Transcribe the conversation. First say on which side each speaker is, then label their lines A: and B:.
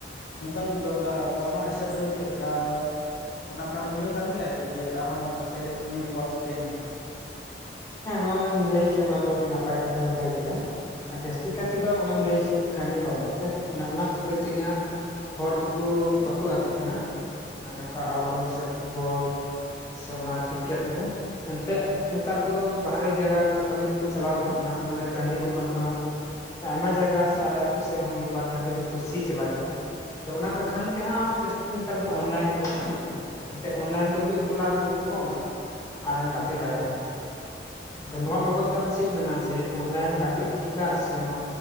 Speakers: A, on the left; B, on the left.
A: ᱟᱱᱠᱟᱧ ᱟᱹᱭᱠᱟᱹᱣᱮᱫᱟ ᱟᱫᱚ ᱟᱢᱟᱜ ᱦᱤᱥᱟᱹᱵᱽ ᱫᱚ ᱪᱮᱫ ᱞᱮᱠᱟ? ᱚᱱᱟ ᱠᱟᱨᱚᱱ ᱱᱤᱭᱟᱹ ᱠᱟᱱ ᱜᱮᱭᱟ ᱥᱮ ᱡᱮ ᱟᱨᱦᱚᱸ ᱯᱟᱥᱮᱡ ᱱᱤᱭᱟᱹ ᱵᱟᱵ ᱛᱟᱦᱮᱱᱟ᱾
B: ᱦᱮᱸ ᱱᱚᱜᱼᱚᱭ ᱮᱢ ᱞᱟᱹᱭ ᱠᱮ ᱚᱱᱟ ᱫᱚ ᱟᱹᱰᱤ ᱱᱟᱯᱟᱭ ᱠᱟᱛᱷᱟ ᱜᱮᱢ ᱞᱟᱹᱭ ᱠᱮᱫᱟ᱾ ᱟᱨ ᱡᱟᱹᱥᱛᱤ ᱠᱟᱭ ᱛᱮᱫᱚ ᱚᱱᱮᱢ ᱞᱟᱹᱭ ᱠᱮᱫ ᱠᱟᱹᱢᱤ ᱵᱟᱵᱚᱫ ᱛᱮ ᱚᱱᱮ ᱚᱱᱟ ᱠᱷᱟᱹᱛᱤᱨ ᱛᱮᱜᱮ ᱦᱟᱸᱜ᱾ ᱦᱚᱲ ᱫᱚᱠᱚ ᱵᱟᱠᱚ ᱜᱟᱛᱮᱜ ᱠᱟᱱᱟ᱾ ᱢᱟᱱᱮ ᱚᱠᱟ ᱟᱣᱩᱴᱰᱳᱨ ᱥᱮ ᱯᱷᱩᱴᱵᱚᱞ ᱥᱮ ᱚᱱᱟ ᱠᱨᱤᱠᱮᱴ ᱠᱚ ᱮᱱᱛᱮᱜ ᱱᱮᱛᱟᱨ ᱫᱚ ᱵᱟᱦᱨᱮ ᱡᱟᱭᱜᱟ ᱚᱱᱠᱟ ᱠᱟᱹᱢᱤ ᱠᱚᱠᱚ ᱪᱟᱞᱟᱣ ᱠᱚ ᱠᱟᱱᱟ ᱚᱸᱰᱮ ᱴᱟᱺᱰᱤ ᱠᱚ ᱵᱟᱹᱱᱩᱜᱼᱟ᱾ ᱟᱭᱢᱟ ᱡᱟᱭᱜᱟ ᱥᱮ ᱟᱞᱮ ᱟᱛᱩ ᱥᱮᱫ ᱦᱚᱸ ᱢᱤᱫᱵᱟᱨ ᱴᱟᱺᱰᱮ ᱫᱚᱠᱚ ᱥᱤ ᱪᱟᱵᱟ ᱠᱮᱫᱟ᱾ ᱟᱫᱚ ᱚᱱᱟ ᱠᱚᱠᱷᱟᱱ ᱛᱮᱦᱟᱸᱜ ᱡᱟᱹᱥᱛᱤ ᱱᱮᱛᱟᱨ ᱫᱚ ᱚᱱᱞᱟᱭᱤᱱ ᱠᱚᱠᱚ ᱜᱟᱛᱮᱜ ᱠᱟᱱᱟ᱾ ᱮᱱᱛᱮᱫ ᱚᱱᱞᱟᱭᱤᱱ ᱫᱚ ᱢᱤᱫ ᱠᱚᱱᱟ ᱨᱮ ᱫᱩᱲᱩᱵ ᱠᱚᱢ ᱟᱨᱮᱢ ᱜᱟᱛᱮ ᱫᱟᱲᱮᱭᱟᱜᱼᱟ ᱾ ᱟᱫᱚ ᱱᱚᱣᱟ ᱵᱟᱵᱚᱛ ᱛᱮ ᱟᱢ ᱪᱮᱫ ᱮᱢ ᱢᱮᱱᱟ? ᱡᱮ ᱚᱱᱞᱟᱭᱤᱱ ᱜᱟᱛᱮᱜ ᱴᱷᱤᱠᱟ ᱥᱮ ᱱᱚᱣᱟ